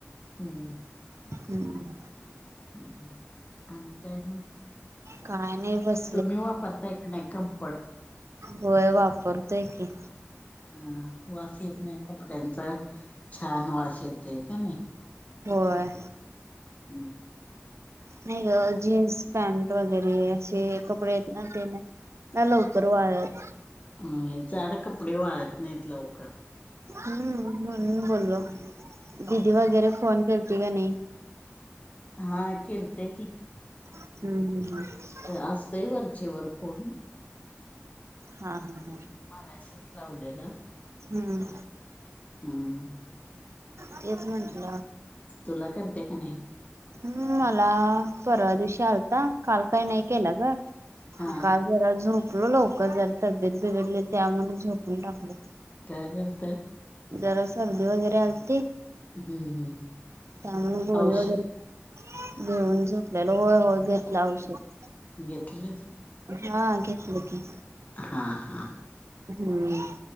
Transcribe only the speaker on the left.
हम्म
ह् आणि काय मग
तुम्ही वापरताय का नाही कम्फर्ट?
अ वास येत नाही कपड्यांचा छान वास येत आहे का नाही.
हम्म
अ जाड कपडे वाळत नाहीत लवकर
हा केलती की.
असतय वरचे वर फोन
मगाशीच लावलेला
हम्.
तुला करत्या का नाही?
हा
काय झालत?
हम्म हम्म
औषध
घेतलस
हा हा.